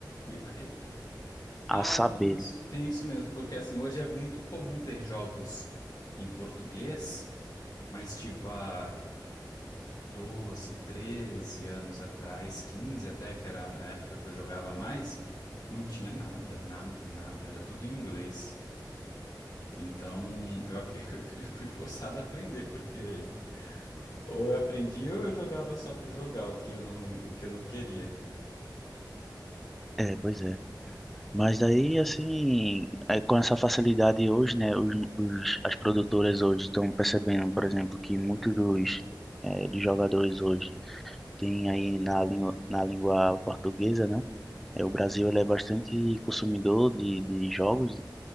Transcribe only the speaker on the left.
E- é- ah,
tem isso. Tem isso mesmo, porque assim, hoje é muito comum ter jogos em português Mas tipo, há 12, 13 anos atrás, 15 até, que era a época que eu jogava mais, não tinha nada, nada, nada, era tudo em inglês. Então eu, ac- <laughs> eu fui forçado a aprender, porque ou eu aprendi ou eu jogava só por jogar, o que eu não, o que eu não queria.